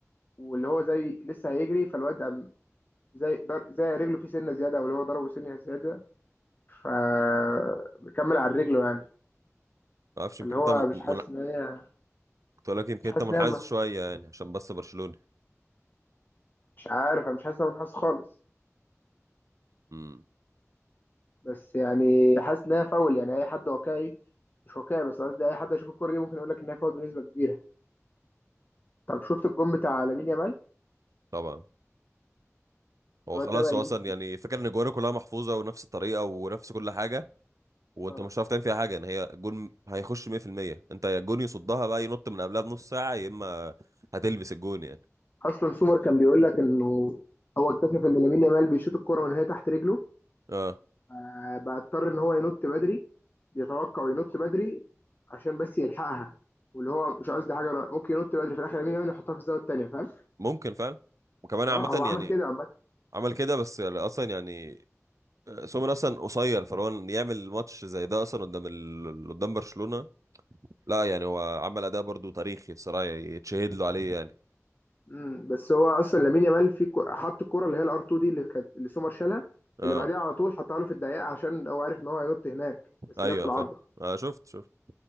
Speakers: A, on the left; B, on the right.
A: واللي هو زي لسه هيجري فالواد زي در... زي رجله فيه سنه زياده او اللي هو ضربه سنه زياده فبكمل على رجله يعني
B: ما اعرفش يمكن
A: اللي هو
B: انت م...
A: مش حاسس
B: من...
A: ان هي
B: كنت أقول لك يمكن
A: مش
B: انت
A: حاسس
B: منحاز
A: ان هي
B: شوية يعني عشان بس برشلوني
A: مش عارف أنا مش حاسس ان انا حاسس خالص
B: امم
A: بس يعني حاسس ان هي فاول يعني اي حد واقعي مش واقعي بس قصدي اي حد يشوف الكوره دي ممكن يقول لك ان هي فاول بنسبه كبيره طب شفت الجون بتاع لامين يامال
B: طبعا هو
A: الواد
B: خلاص
A: ده بقى
B: هو
A: يجيب
B: اصلا يعني فكرة ان الجوانب كلها محفوظة ونفس الطريقة ونفس كل حاجة وانت
A: آه.
B: مش هتعرف تعمل فيها حاجة ان هي جون هيخش 100% انت يا الجون يصدها بقى ينط من قبلها بنص ساعة يا اما هتلبس الجون يعني
A: اصلا سومر كان بيقول لك انه هو اكتشف ان لامين يامال بيشوط الكوره من هي تحت رجله
B: اه
A: آه، بقى اضطر ان هو ينط بدري بيتوقع وينط بدري عشان بس يلحقها واللي هو مش قصدي حاجه أنا ممكن ينط بدري في الاخر لامين يامال يحطها في الزاويه الثانيه فاهم
B: ممكن فعلا وكمان عامة
A: اه هو عمل
B: يعني
A: كده عامه
B: عمل كده بس يعني اصلا يعني آه، سومر اصلا قصير فلو إن يعمل ماتش زي ده اصلا قدام ال... قدام برشلونة لا يعني هو عمل اداء برضو تاريخي الصراحة يتشهد له عليه يعني
A: أمم، بس هو اصلا لامين يامال في كو- حط الكره اللي هي الار 2 دي اللي كانت اللي سومر شالها
B: اه
A: اللي بعديها على طول حطها له في الدقيقه عشان هو عارف ان هو هينط هناك بس
B: ايوه
A: جت في العارضه
B: فاهم آه شفت شفت